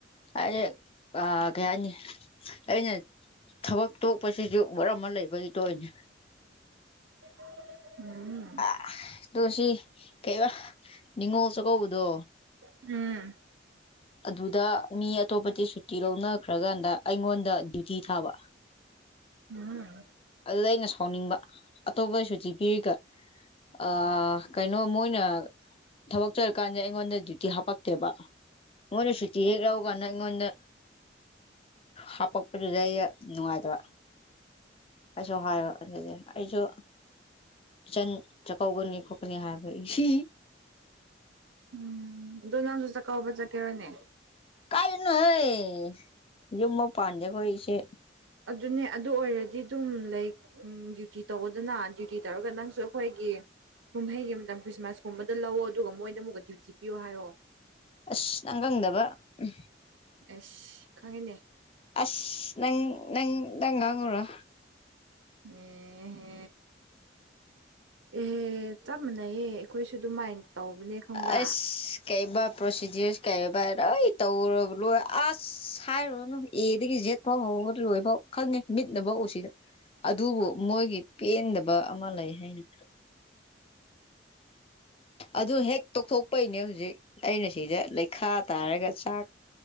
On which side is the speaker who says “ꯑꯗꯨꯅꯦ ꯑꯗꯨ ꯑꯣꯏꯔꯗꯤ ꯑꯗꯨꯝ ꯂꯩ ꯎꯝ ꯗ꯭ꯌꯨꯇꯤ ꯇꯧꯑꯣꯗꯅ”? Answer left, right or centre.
Right